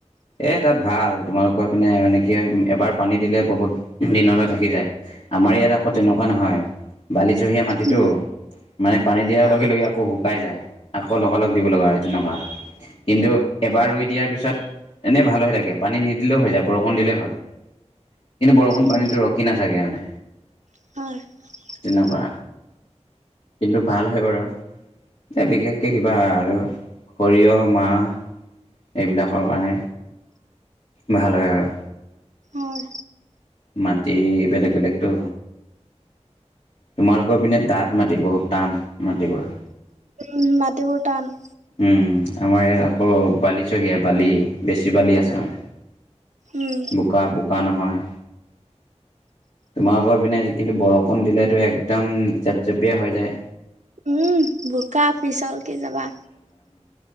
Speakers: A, on the left; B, on the right.
A: এ তাত ভাল তোমালোকৰ পিনে মানে কি হয় এবাৰ পানী দিলে বহুত দিনলৈ থাকি যায়। আমাৰ ইয়াত আকৌ তেনেকুৱা নহয় বালিচ সে মাটিতটো
B: উম,
A: মানে পানী দিয়াৰ
B: হয়,
A: লগে লগে আকৌ শুকাই যায়। আকৌ লগালগ দিব লগা হয় সেইটো নকুৱা কিন্তু এবাৰ ৰুই দিয়াৰ পিছত এনেই ভাল হৈ থাকে পানী নিদিলেও হৈ যায় বৰষুণ দিলে ভাল। কিন্তু বৰষুণ
B: উম,
A: পানীটো ৰখি নাথাকে মানে।
B: <unintelligible>
A: তেনেকুৱা কিন্তু ভাল হয় বাৰু। এ বিশেষকে কিবা আৰু সৰিয়হ, মাহ- এইবিলাকৰ কাৰণে ভাল হয় আৰু
B: অহ।
A: মাটি বেলেগ বেলেগতটো। তোমালোকৰ পিনে দাঁত মাটি বহুত টান মাটিবোৰ।
B: উম, মাটিবোৰ টান।
A: উম, আমাৰ ইয়াত আকৌ বালি চহীয়া। বালি বেছি, বালি আছে মানে
B: উম,
A: বোকা বোকা নহয়। তোমালোকৰ পিনে কিন্তু বৰষুণ দিলেতো একদম চেপ চেপিয়া হৈ যায়।
B: উম বোকা পিছল কি যাবা।